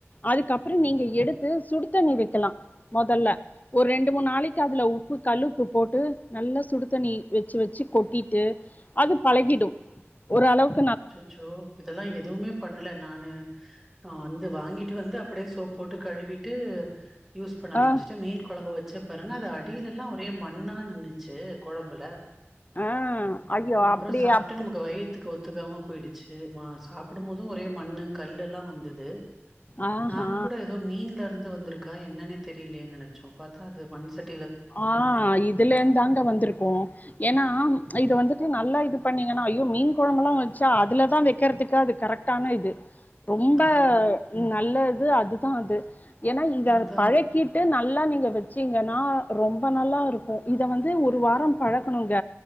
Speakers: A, on the left (about 35°); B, in the centre.
A: அதுக்கப்றோ நீங்க எடுத்து சுடு தண்ணி வெக்கலா மொதல்ல ஒரு ரெண்டு மூணு நாளைக்கு அதுல உப்பு கல்லு உப்பு போட்டு நல்லா சுடுதண்ணி வெச்சு வெச்சு கொட்டிட்டு அது பழகிடும் ஒரளவுக்
B: அச்சசசோ இதெல்லா எதுவுமே பண்ணல நானு நா வந்து வாங்கிட்டு வந்து அப்டியே சோப் போட்டு கழுவிட்டு யூஸ் பண்ண ஆரம்பிச்சுட்டே
A: ஆ
B: மீன் கொழம்பு வச்ச பாருங்க அது அடிலெல்லா ஒரே மண்ணா நின்னுச்சு கொழம்புல
A: ஆ ஐயோ
B: அப்றோ
A: அப்டி
B: சாப்ட்டு
A: அப்
B: நமக்கு வயிர் ஒத்துக்காம போயிடுச்சி மா சாப்புடும் போதும் ஒரே மண்ணு கல்லெல்லா வந்தது
A: ஆஹா
B: நாங்க கூடோ ஏதோ மீன்ல இருந்து வந்திருக்கா என்னன்னே தெரிலயேன்னு நெனைச்சோ பாத்தா அது மண்சட்
A: ஆ இதுலேந்தாங்க வந்திருக்கு ஏன்னா இது வந்துட்டு நல்லா இது பண்ணீங்கன்னா ஐயோ மீன் கொழம்பல்லா வச்சா அதுலதா வெக்கறதுக்கு அது கரெட் டான இது ரொம்ப
B: ஆ
A: நல்லது அதுதா அது ஏன்னா இத
B: அதா
A: பழக் கிட்டு நல்லா நீங்க வெச்சிங்கன்னா ரொம்ப நல்லா இருக்கு இத வந்து ஒரு வாரோ பழக்கணுங்க